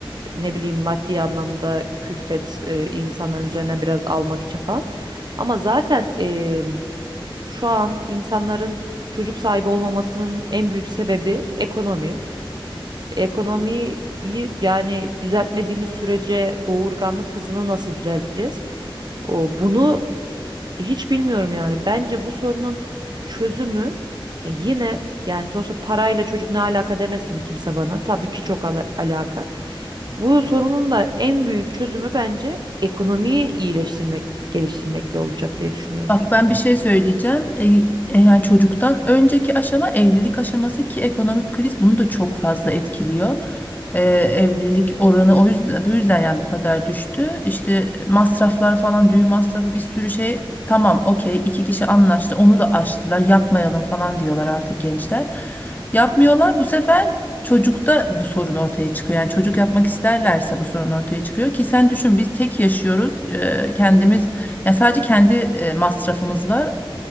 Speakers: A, on the right; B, on the left.
A: ne bileyim maddi anlamda külfet e, insanların üzerine biraz almak için falan. Ama zaten e, şu an insanların çocuk sahibi olmamasının en büyük sebebi ekonomi. Ekonomiyi yani düzeltmediğimiz sürece doğurganlık hızını nasıl düzelteceğiz? O, bunu hiç bilmiyorum yani. Bence bu sorunun çözümü e, yine yani sonuçta parayla çocuk ne alaka demesin kimse bana. Tabii ki çok ala- alaka. Bu sorunun da en büyük çözümü bence ekonomiyi iyileştirmek, geliştirmekle olacak diye düşünüyorum.
B: Bak ben bir şey söyleyeceğim. E, e, yani çocuktan önceki aşama evlilik aşaması ki ekonomik kriz bunu da çok fazla etkiliyor. E, evlilik oranı o yüzden bu yüzden yani bu kadar düştü. İşte masraflar falan düğün masrafı bir sürü şey tamam okey iki kişi anlaştı onu da aştılar yapmayalım falan diyorlar artık gençler. Yapmıyorlar bu sefer çocukta bu sorun ortaya çıkıyor. Yani çocuk yapmak isterlerse bu sorun ortaya çıkıyor ki sen düşün biz tek yaşıyoruz E, kendimiz yani sadece kendi e, masrafımız var.